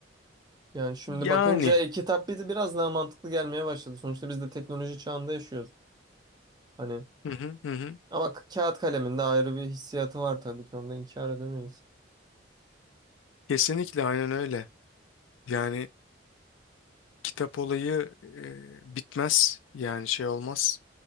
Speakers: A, on the right (about 20°); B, on the left (about 85°).
A: Yani şimdi
B: Yani
A: bakınca e-kitap bizi biraz daha mantıklı gelmeye başladı. Sonuçta biz de teknoloji çağında yaşıyoruz. Hani
B: hı hı hı. hı.
A: ama k- kağıt kalemin de ayrı bir hissiyatı var tabii ki onu da inkar edemeyiz.
B: Kesinlikle aynen öyle. Yani kitap olayı e, bitmez yani şey olmaz